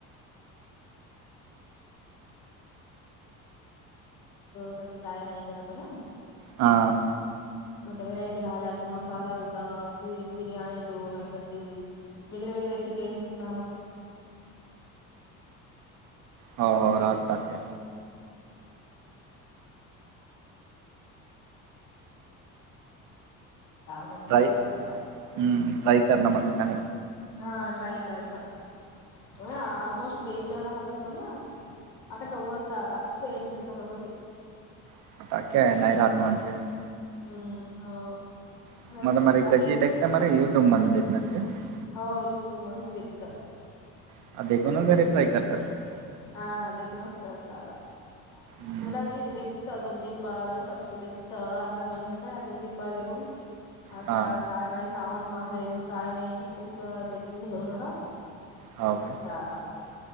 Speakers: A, on the left; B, on the right.
A: <unintelligible> <unintelligible> कस काय नाही करत <unintelligible>
B: हां.
A: कोणता व्हेरायटी राहिल्या अस मसाला तर असे बिर्याणी लो नाहीतशी. <unintelligible> <unintelligible> <unintelligible> करावं
B: हो हो राहत टाकते
A: मग मी
B: ट्राय
A: ते करतता.
B: हम्म. ट्राय करणार म्हटलं त्याने.
A: हा. ट्राय करत. अे ऑलमोस्ट बेस राहतात पण ना? आता कवर आता फेल होत आता तसे.
B: <unintelligible>
A: हम्म. हो.
B: <unintelligible>
A: सगळं शिकता हो. युट्यूब मधच देखत.
B: <unintelligible>
A: असे हा. देखूनच <unintelligible>
B: हम्म.
A: <unintelligible> <unintelligible>
B: हा
A: करत
B: हो काय
A: आता.